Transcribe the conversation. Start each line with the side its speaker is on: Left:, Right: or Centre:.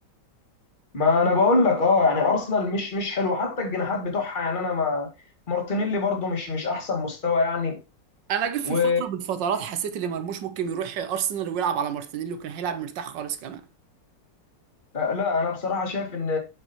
Left: ما أنا بقول لك أه يعني أرسنال مش مش حلو حتى الجناحات بتوعها يعني أنا ما مارتينيلي برضو مش مش أحسن مستوى يعني
Right: انا جيت في
Left: و...
Right: فتره من الفترات حسيت ان مرموش ممكن يروح ارسنال ويلعب على مارتينيلي وكان هيلعب مرتاح خالص كمان
Left: آه، لا انا بصراحه شايف ان